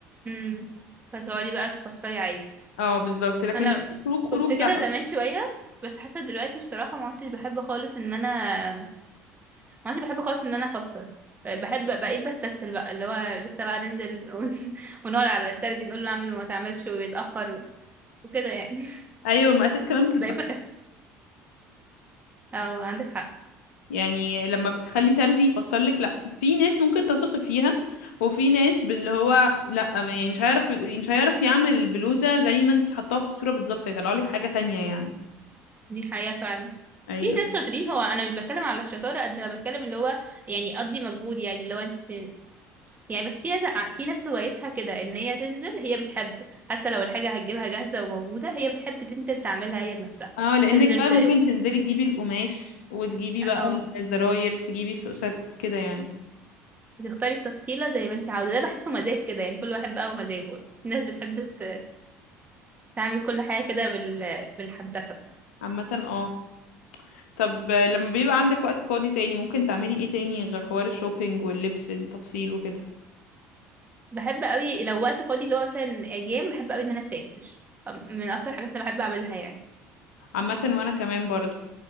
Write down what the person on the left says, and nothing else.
اه بالظبط لكن
لأ، خروج خروج
لا
ايوه المقاسات كمان بتبقى
صح.
يعني لما بتخلي ترزي يفسر لك لا في ناس ممكن تثقي فيها وفي ناس باللي هو لا يعني مش هيعرف مش هيعرف يعمل البلوزه زي ما انت حطاها في الصوره بالظبط هيطلع لك حاجه تانية يعني
ايوه
اه لانك
بقى
ممكن تنزلي تجيبي القماش وتجيبي
بقى الزراير تجيبي السوسات كده يعني
عامه اه طب لما بيبقى عندك وقت فاضي تاني ممكن تعملي ايه تاني غير حوار الشوبينج واللبس التفصيل وكده
عامه وانا كمان برضو